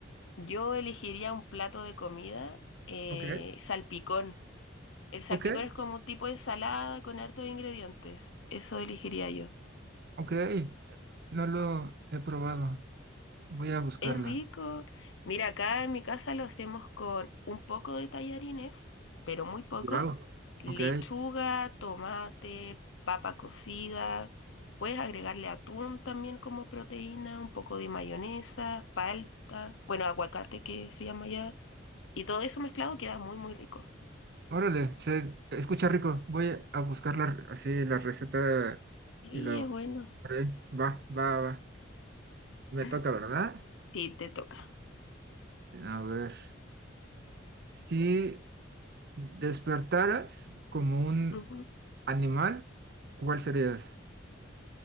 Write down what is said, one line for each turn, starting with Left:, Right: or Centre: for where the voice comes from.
Left: Yo elegiría un plato de comida eh,
Right: Ok,
Left: salpicón. El salpicón
Right: ok,
Left: es como un tipo de ensalada con hartos ingredientes. Eso elegiría yo.
Right: ok, no lo he probado, voy a buscarla.
Left: Es rico. Mira, acá en mi casa lo hacemos con un poco de tallarines, pero muy poco.
Right: Wow,
Left: Lechuga,
Right: ok,
Left: tomate, papa cocida. Puedes agregarle atún también como proteína, un poco de mayonesa, palta, bueno, aguacate que se llama ya. Y todo eso mezclado queda muy, muy rico.
Right: órale, se escucha rico, voy a buscar la, re- así la receta
Left: Y
Right: y lo...
Left: es bueno.
Right: haré. Va, va, va, me
Left: <laughs>
Right: toca, ¿verdad?
Left: Sí, te toca.
Right: A ver, si despertaras como un
Left: Ujú.
Right: animal, ¿cuál serías?